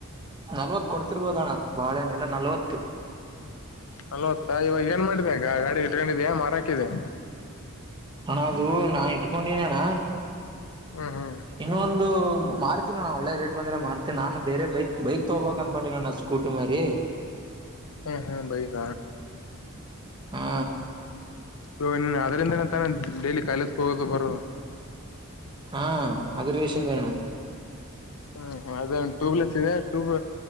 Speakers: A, on the right; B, on the left.
A: ನಲ್ವತ್ ಕೊಡ್ತಿರ್ಬೋದಣ್ಣ ಬಾಳೆನೆೆಲ್ಲ ನಲ್ವತ್
B: ಅಲ ಹೊತ್ತ ಇವಾಗ ಏನ್ ಮಾಡಿದೆ ಅಗ ಗಾಡಿ ಇಟ್ಕೊಂಡಿದ ಮಾರಾಕಿದೆ
A: ಹಣದು ನಾ ಇಟ್ಕೊಂಡನಣ್ಣ
B: ಹ್ಮ್ ಹ್ಮ್
A: ಇನ್ನೊಂದು ಮಾರ್ತೀನಿ ನಾನು ಒಳ್ಳೆ ರೇಟ್ ಬಂದ್ರೆ ಮಾರ್ತೀನಿ ನಾನು ಬೇರೆ ಬೈಕ್ ಬೈಕ್ ತಗೋಬಬೇಕಕ್ ಅಂದತ್ಕೊಂಡಿ ನನ್ ಸ್ಕೂಟಿ ಮರಿ
B: ಹ್ಮ ಹಾ ಬೈಗ
A: ಹಾ
B: ಇವಾಗ ನೀನು ಅದರಿಂದ ತಾನ ಡೈಲಿ ಕಾಯಿೇಜ ಹೋಗೋದು ಬರದು
A: ಹಾ ಅದರ ವಿಷಯಂ ಕಣ
B: ಹ್ಮ ಅದ ಟ್ಯೂಬ್ ಲೆಸ್ ಇದೆ ಟ್ಯೂಬ್